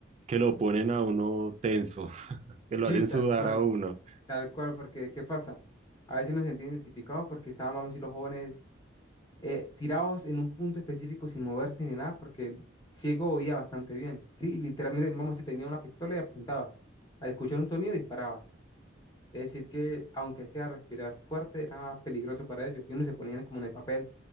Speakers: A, on the right (about 35°); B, on the left (about 20°).
A: que lo ponen a uno tenso, <laughs> que lo
B: Sí,
A: hacen
B: tal
A: sudar
B: cual,
A: a uno.
B: tal cual, porque ¿qué pasa? A veces uno se siente identificado porque estaban, vamos a decir, los jóvenes eh, tirados en un punto específico sin moverse ni nada, porque el ciego oía bastante bien, ¿sí? Y literalmente, vamos a decir, tenía una pistola y apuntaba. Al escuchar un sonido disparaba. Es decir, que aunque sea respirar fuerte, era peligroso para ellos. Y uno se ponía como en el papel.